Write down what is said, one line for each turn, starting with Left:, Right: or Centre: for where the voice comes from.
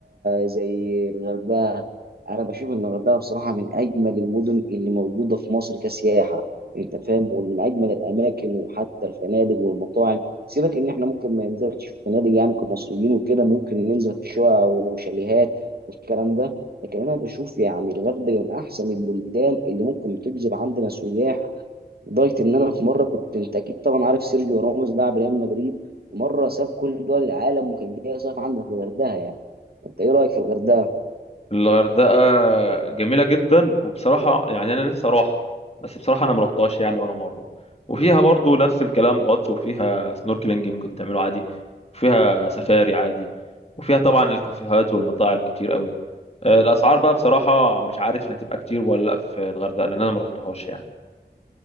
Right: زي الغردقه انا بشوف ان الغردقه بصراحه من اجمل المدن اللي موجوده في مصر كسياحه انت فاهم ومن اجمل الاماكن وحتى الفنادق والمطاعم سيبك ان احنا ممكن ما ننزلش في فنادق يعني كمصريين وكده ممكن ننزل في شقق وشاليهات والكلام ده لكن انا بشوف يعني الغردقه من احسن البلدان اللي ممكن تجذب عندنا سياح لدرجه ان انا في مره كنت انت اكيد طبعا عارف سيرجيو راموس لاعب ريال مدريد مره ساب كل دول العالم وكان جاي يصيف عندنا في الغردقه يعني انت ايه رايك في الغردقه؟
Left: الغردقة جميلة جدا وبصراحة يعني أنا نفسي أروحها بس بصراحة أنا مروحتهاش يعني ولا مرة وفيها برضو نفس الكلام غطس وفيها سنوركلينج ممكن تعمله عادي وفيها سفاري عادي وفيها طبعا الكافيهات والمطاعم كتير قوي آه، الأسعار بقى بصراحة مش عارف هتبقى كتير ولا لأ في الغردقة لأن أنا مروحتهاش يعني